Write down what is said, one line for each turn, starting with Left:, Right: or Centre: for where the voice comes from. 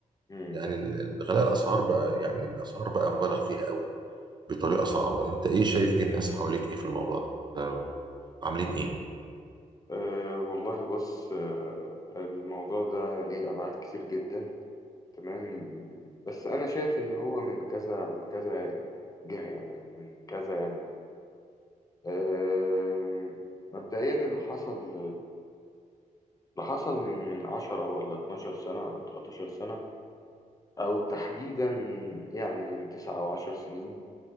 Left: امم
Right: يعني ال- غلاء الاسعار بقى يعني الاسعار بقى مبالغ فيها قوي بطريقه صعبه انت ايه شايف ايه الناس حواليك ايه في الموضوع ده آه، عاملين ايه
Left: أه والله بص أه الموضوع ده ليه ابعاد كتير جدا تمام بس انا شايف ان هو من كذا من كذا جهه يعني او من كذا يمه أه مبدئيا اللي حصل اللي حصل من من 10 ولا 12 سنه او 13 سنه او تحديدا يعني من 9 او 10 سنين